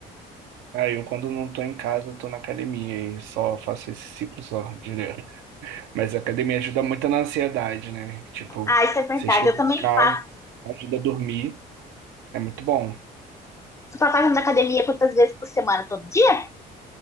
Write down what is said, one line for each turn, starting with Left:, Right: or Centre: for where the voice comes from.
Right: aí eu quando não tô em casa, eu tô na academia e só faço esse ciclo só direto. Mas a academia ajuda muito na ansiedade, né? Tipo,
Left: Ah, isso é verdade.
Right: você chega
Left: Eu também
Right: em casa,
Left: faço.
Right: ajuda a dormir, é muito bom.
Left: Tu tá fazendo academia quantas vezes por semana? Todo dia?